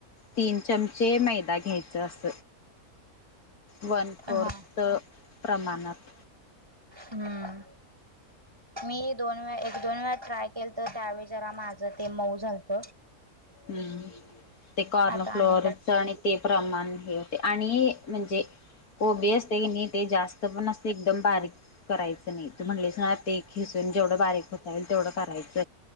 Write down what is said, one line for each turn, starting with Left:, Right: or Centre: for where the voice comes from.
Left: तीन चमचे मैदा घ्यायचे अस. वन फोर्थ
Right: हा
Left: प्रमाणात.
Right: हम्म. मी दोन वेळा एक दोन वेळा ट्राय केल तर त्यावेळी जरा माझंते मऊ झालत.
Left: हम्म ते कॉर्न
Right: आता
Left: फ्लोअरच
Right: अनेकदा
Left: आणि ते प्रमाण हे होतय आणि म्हणजे कोबी आस तेणी ते जास्त पण असते एकदम बारीक करायच नाही तू म्हणलेस ना ते खिसून जेवढ बारीक हो तेवढ करायच